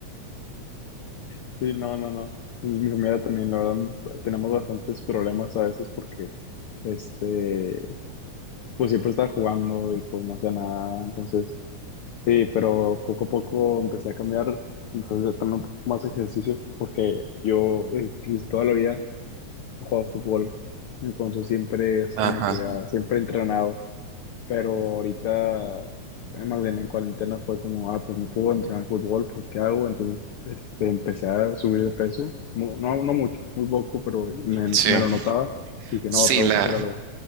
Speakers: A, on the left; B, on the right.
A: Sí, no, no, no. Mi mi familia también, la verdad, tenemos bastantes problemas a veces porque, este, pues siempre estaba jugando y pues no hacía nada. Entonces, sí, pero poco a poco empecé a cambiar, entonces a tener un poco más de ejercicio porque yo eh, pues, toda la vida he jugado fútbol. Entonces siempre es como
B: Ajá,
A: que ah, siempre he entrenado pero ahorita, eh, más bien en cuarentena fue como, ah, pues no puedo entrenar fútbol, pues ¿qué hago? Entonces, este, empecé a subir de peso, mu- no, no mucho, muy poco, pero me,
B: sí.
A: me lo notaba y dije,
B: Sí,
A: no, tengo
B: la,
A: que hacer algo.